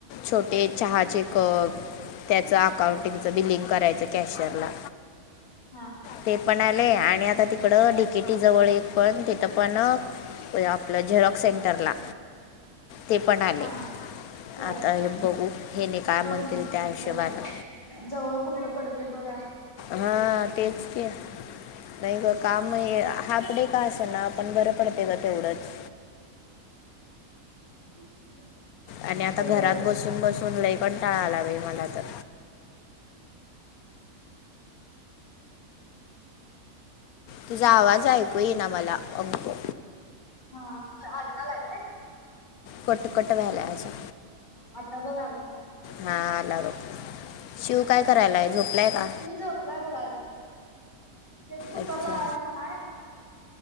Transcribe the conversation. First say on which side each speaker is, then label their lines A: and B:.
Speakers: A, on the left (about 80°); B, on the left (about 30°).
A: छोटे चहाचे कप. त्याचं अकाउंटिंगचं बिलिंक करायचं कॅशियरला.
B: हा हा.
A: ते पण आले आणि आता तिकड डिकेटी जवळ एक पण तिथं पण आपलं झेरॉक्स सेंटरला. ते पण आले.
B: हा हा होय
A: आता हे बघू हेनी काय
B: बघ
A: म्हणतील
B: मग
A: त्या
B: कुठलं
A: हिशोबानं
B: जवळ कुठलं पडतंय बघा
A: हा तेच कि नाही ग काम हे हापडे का असं ना आपण बरं पडते ग तेवढंच.
B: <inaudible>
A: आणि आता
B: लगेच
A: घरात
B: दे.
A: बसून बसून लई कंटाळा आलाय बाई मला तर तुझा आवाज ऐकू येईना मला अंकु
B: हा अडकालाय काय.
A: कट कट व्हायलाय असा.
B: हा आता बघ आला काय.
A: हा आला बघ शिव काय करायलाय झोपलाय का.
B: त्यो झोपलाय बघा अजून तेच कुकर
A: अच्छा
B: लावायचा हाय.